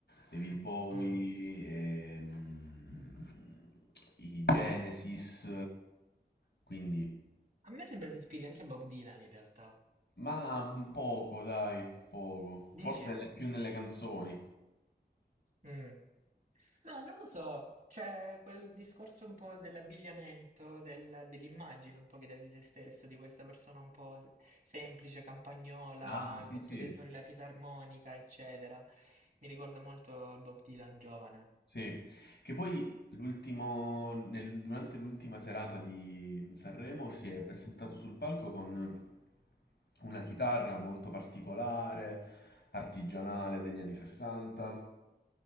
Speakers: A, on the left; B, on the right.
A: David Bowie,
B: Mm.
A: ehm, i Genesis, quindi,
B: A me sembra si ispiri anche a Bob Dylan in realtà.
A: ma poco, dai, poco,
B: Dici?
A: forse nelle- più nelle canzoni.
B: Mm. No, non lo so, c'è quel discorso un po' dell'abbigliamento, del- dell'immagine un po' che dà di se stesso, di questa persona un po' se- semplice, campagnola,
A: Ah, sì,
B: il fatto
A: sì.
B: che suoni la fisarmonica, eccetera. Mi ricorda molto Bob Dylan giovane.
A: Sì, che poi l'ultimo, nel- durante l'ultima serata di Sanremo si è presentato sul palco con una chitarra molto particolare, artigianale degli anni 60,